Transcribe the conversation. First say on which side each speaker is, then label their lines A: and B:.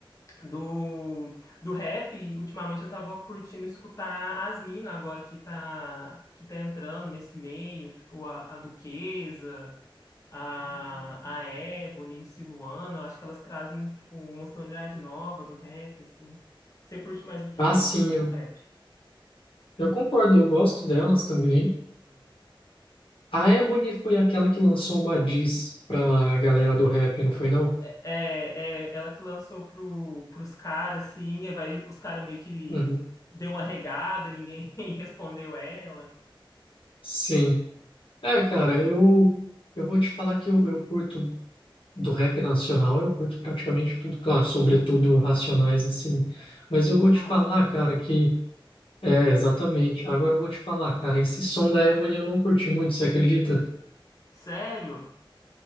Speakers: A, on the left; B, on the left.
A: do, do rap. E Ultimamente eu tava curtindo escutar as minas agora que tá, que tá entrando nesse meio, tipo a, a Duquesa, a, a Ebony, MC Luana. Eu acho que elas trazem tipo, uma sonoridade nova do rap, assim. Você curte mais o que
B: Ah,
A: dentro
B: sim,
A: do
B: eu,
A: rap?
B: eu concordo, eu gosto delas também. A Ebony foi aquela que lançou uma diss pra galera do rap, não foi não?
A: É, é ela que lançou pro, pros caras, assim, aí vai, os caras meio que
B: Uhum.
A: deu uma regada, ninguém <laughs> respondeu ela.
B: Sim. É, cara, eu, eu vou te falar que eu, eu curto do rap nacional, eu curto praticamente tudo, claro, sobretudo Racionais, assim. Mas eu
A: É um
B: vou
A: clássico,
B: te falar,
A: né?
B: cara, que... É, exatamente. Agora eu vou te falar, cara, esse som da Ebony eu não curti muito, você acredita?
A: Sério?